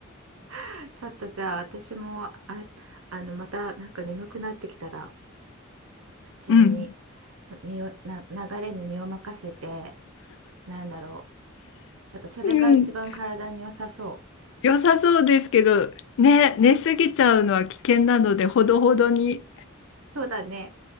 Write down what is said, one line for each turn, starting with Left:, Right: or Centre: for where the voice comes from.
Right: <laughs> ちょっとじゃあ私もあ、あのまたなんか眠くなってきたら普通にそ身をな流れに身を任せて
Left: うん
Right: なんだろうやっぱそれが一番体に良さそう。
Left: うんうん。良さそうですけどね寝すぎちゃうのは危険なのでほどほどに
Right: そうだね。